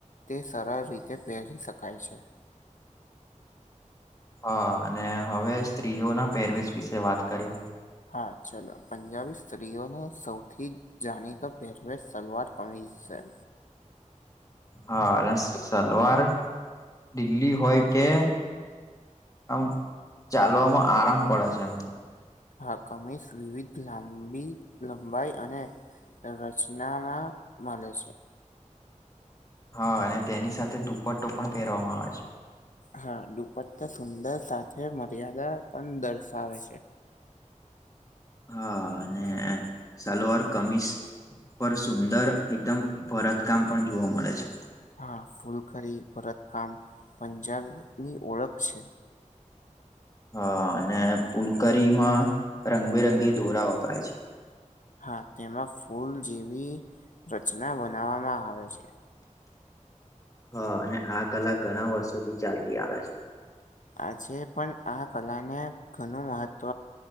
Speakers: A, on the left; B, on the left.
A: તે સરળ રીતે પહેરી શકાય છે.
B: હા અને હવે સ્ત્રીઓ ના પેરવેજ વિશે વાત કરીએ
A: હા ચલો પંજાબી સ્ત્રીઓનો સૌથી જાણીતા પહેરવેેશ સલવાર કમીશ છે
B: હા અને સલવાર દિલ્લી હોય કે આમ ચાલવામાં
A: ચાલવા પણ આરામ
B: પડે
A: પણ
B: છે એમ
A: હા કમીસ વિવિધ લાંબી લંબાઈ અને તે રચનામાં મળે છે
B: હા અને તેની સાથે દુપટ્ટો પણ પહેરવામાં આવે છે
A: હા દુપટા સુંદર સાથે મર્યાદા પણ દર્શાવે છે
B: હા અને સલવાર કમીસ પર સુંદર એકદમ ભરત કામ પણ જોવા મળે છે
A: હા ફૂલકરી ભરતકામ પંજાબની ઓળખ છે
B: હા અને પુલકરીમાં રંગબેરંગી દોરા વપરાય છે
A: હા તેમાં ફૂલ જેવી રચના બનાવામાં આવે છે
B: હા અને આ કલા ઘણા વર્ષોથી ચાલતી આવે છે
A: આજે પણ આ કલાને ઘણું મહત્વ